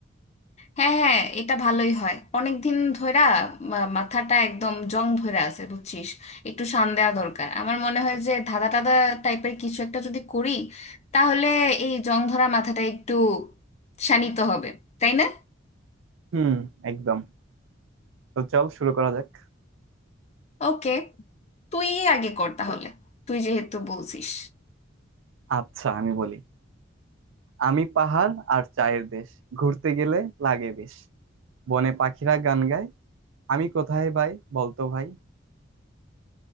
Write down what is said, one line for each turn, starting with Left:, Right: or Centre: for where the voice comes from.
Left: হ্যাঁ হ্যাঁ এটা ভালোই হয় অনেক দিন ধইরা মা- মাথাটা একদম জং ধইরা আছে বুঝছিস একটু শান দেওয়া দরকার আমার মনে হয় যে ধাঁধা টাদা টাইপের কিছু একটা যদি করি তাহলে এই জং ধরা মাথাটা একটু শানিত হবে তাই না
Right: হুম একদম তো চল শুরু করা যাক
Left: ওকে তুই আগে কর তাহলে তুই যেহেতু বলছিস
Right: আচ্ছা আমি বলি আমি পাহাড় আর চায়ের দেশ ঘুরতে গেলে লাগে বেশ বনে পাখিরা গান গায় আমি কোথায় ভাই বলতো ভাই